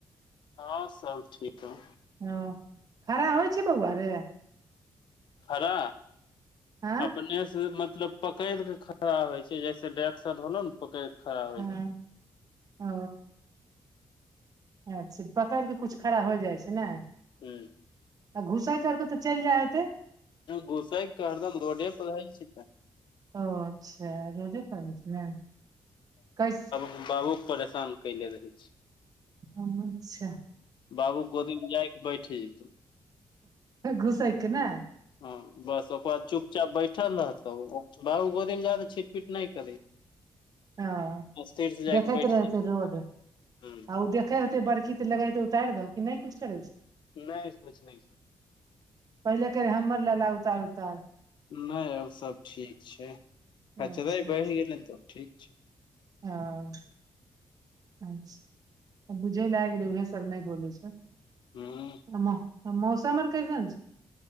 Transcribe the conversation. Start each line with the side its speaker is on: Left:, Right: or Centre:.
Left: हँ सब ठीक हौं
Right: ह खड़ा होइ छै बौआ रे
Left: खरा
Right: आँ
Left: अपने से मतलब पकड़ के खड़ा होइ छै जैसे डाय्शन होलौ न पकड़िक खड़ा होइ
Right: हँ
Left: छै
Right: ओ अच्छा पकड़ि केऽ किछु खड़ा होइ जाइ छै नाय
Left: ह
Right: आ घुसाई कर के तऽ चलि जाय होते
Left: घुसै क हरदम रोडे पर रहै छै तऽ
Right: ओ अच्छा रोदे पड़ै छै ने कै
Left: बाबूके परेशान कयले रहै छै
Right: अच्छा
Left: बाबू गोदी मे जाइके बैठे जेते
Right: घूसय क नहि
Left: हँ बस ओकर बाद चुपचाप बैठल रहत तौऽ बाबू गो गोदीमे जा के छिटपीट नहि करै
Right: ह
Left: स्थिर से जायके
Right: देखैत
Left: बैठ
Right: रहेते रोड आ
Left: जेतौ
Right: ओ देखैय होेते बड़की लगइ तऽ उतारि द कि नय कुछ करै छै
Left: नहि किछु नहि
Right: पहिले कहै हमर लला उतार उतार
Left: नय आब सब ठीक छै
Right: अच्छा
Left: कचरे
Right: अच्छा
Left: बढ़ि गेलै तब ठीक छै
Right: ह अच्छा बुझै लए आ गेलै उह सब नै बोलै छ
Left: हूँ
Right: आ मौसमर अर कैसन